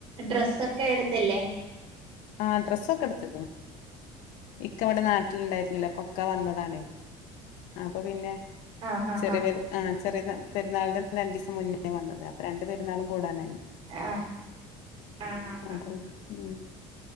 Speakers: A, on the right; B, on the left.
A: ഡ്രസ്സൊക്കെ എടുത്തില്ലേ
B: ആ ഡ്രസ്സൊക്കെ എടുത്ത്ക്ണ് ഇക്ക അവിടെ നാട്ടില്ണ്ടായിരുന്നില്ല അപ്പൊ ഒക്കെ വന്നതാണേ അപ്പൊ പിന്നെ
A: ആഹ് ആഹ് ആഹ്
B: ചെറിയവൻ ആ ചെറിയതാ പെരുന്നാളിന്റ ന്ന് രണ്ടീസം മുന്നേ വന്നത് അപ്പൊ രണ്ട് പെരുന്നാളും കൂടാനായി
A: ആഹ് ആഹ് ആഹ്
B: അതെ ഉം